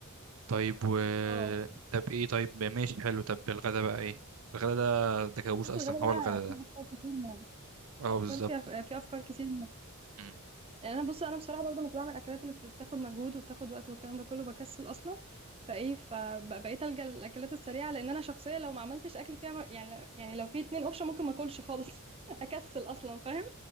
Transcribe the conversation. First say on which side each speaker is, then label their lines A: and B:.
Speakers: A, on the right; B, on the right.
A: طيب و
B: اه
A: طب ايه طيب ماشي حلو طب الغدا بقى ايه الغدا ده ده كابوس
B: بص
A: اصلا
B: الغدا بقى
A: هو الغدا
B: فيه
A: ده
B: افكار كتير موت
A: اه
B: الافكار
A: بالظبط
B: فيها في افكار كتير
A: امم
B: يعني انا بص انا بصراحه برضه مش بعمل الاكلات اللي بتاخد مجهود وبتاخد وقت والكلام ده كله بكسل اصلا فايه فبقيت الجا للاكلات السريعه لان انا شخصيه لو ما عملتش اكل فيها م- يعني يعني لو في اتنين اوبشن ممكن ما اكلش خالص <laughs> اكسل اصلا فاهم